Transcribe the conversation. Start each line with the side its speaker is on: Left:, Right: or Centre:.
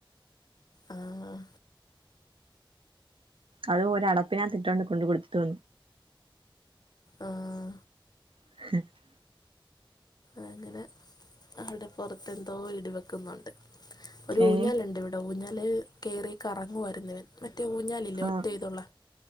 Left: ഉം
Right: അത് ഒരടപ്പിനകത്തു ഇട്ടോണ്ട് കൊണ്ട് കൊടുത്തു
Left: ഉം
Right: <unintelligible>
Left: അങ്ങനെ അവിടെ പുറത്തെന്തോ ഇടിവെക്കുന്നുണ്ട് ഒരു
Right: ഏ
Left: ഊഞ്ഞാലുണ്ട് ഇവി ഊഞ്ഞാൽല് കയറി കറങ്ങുവായിരുന്നവൻ മറ്റേ ഊഞ്ഞാലില്ലേ
Right: ആഹ്
Left: ഒറ്റ ഇതുള്ള